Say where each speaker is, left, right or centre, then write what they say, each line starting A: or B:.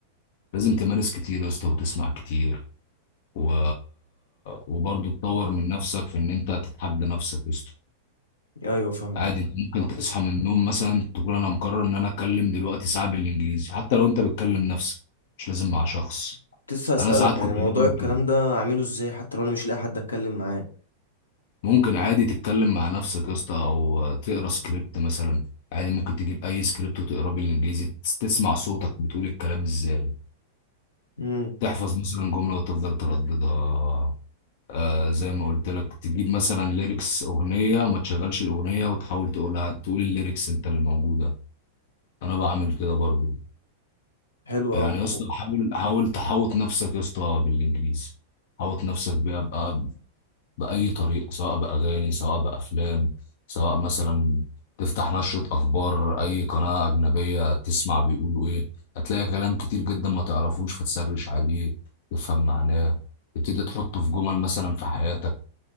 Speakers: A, on the left (about 55°); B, on the left (about 75°).
A: لازم تمارس كتير يا اسطى وتسمع كتير و... وبرضه تطور من نفسك في ان انت تتحدى نفسك يا اسطى
B: ايوه فاهم
A: عادي انت ممكن تصحى من النوم مثلا تقول انا مقرر ان انا اتكلم دلوقتي ساعه بالانجليزي حتى لو انت بتكلم نفسك مش لازم مع شخص
B: كنت لسه اسالك
A: انا ساعات
B: يعني
A: كنت
B: موضوع
A: بعمل
B: الكلام
A: كده
B: ده اعمله ازاي حتى لو انا مش لاقي حد اتكلم معاه
A: ممكن عادي تتكلم مع نفسك يا اسطى او تقرا سكريبت مثلا عادي ممكن تجيب اي سكريبت وتقراه بالانجليزي تس- تسمع صوتك بتقول الكلام ازاي
B: امم
A: تحفظ مثلا جمله وتفضل ترددها آه زي ما قلت لك تجيب مثلا ليركس اغنيه وما تشغلش الاغنيه وتحاول تقولها تقول الليركس انت اللي موجوده انا بعمل كده برضو
B: حلو
A: يعني
B: قوي
A: يا اسطى حاول حاول تحوط نفسك يا اسطى بالانجليزي حوط نفسك بيها بقى باي طريقه سواء باغاني سواء بافلام سواء مثلا تفتح نشره اخبار اي قناه اجنبيه تسمع بيقولوا ايه هتلاقي كلام كتير جدا ما تعرفوش فتسرش عليه تفهم معناه تبتدي تحطه في جمل مثلا في حياتك